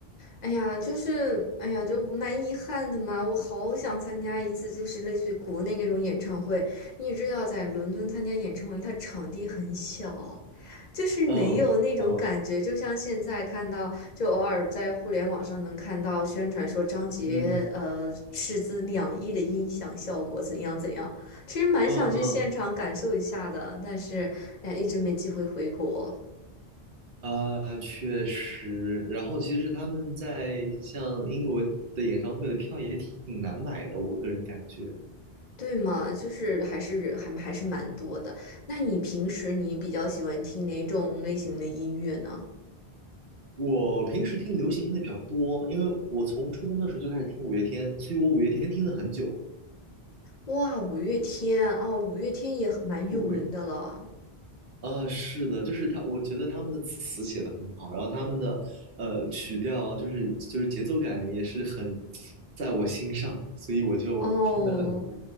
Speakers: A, on the left; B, on the right.
A: 哎呀，就是，哎呀，就蛮遗憾的嘛。我好想参加一次，就是类似于国内那种演唱会。你也知道，在伦敦参加演唱会，它场地很小，就是没有那种感觉。
B: 嗯嗯
A: 就像现在看到，就偶尔在互联网上能看到宣传说张杰，
B: 嗯
A: 呃，斥资两亿的音响效果怎样怎样。其实蛮想去现场感受一下的，
B: 嗯嗯
A: 但是，哎呀，一直没机会回国。
B: 啊，确实。然后其实他们在像英国的演唱会的票也挺难买的，我个人感觉。
A: 对嘛，就是还是还还是蛮多的。那你平时你比较喜欢听哪种类型的音乐呢？
B: 我平时听流行听的比较多，因为我从初中的时候就开始听五月天，所以我五月天听了很久。
A: 哇，五月天哦，五月天也很蛮有名的了。
B: 对，呃，是的，就是他，我觉得他们的词写的很好，然后他们的呃曲调就是就是节奏感也是很在我心上，所以我就听的很
A: 哦，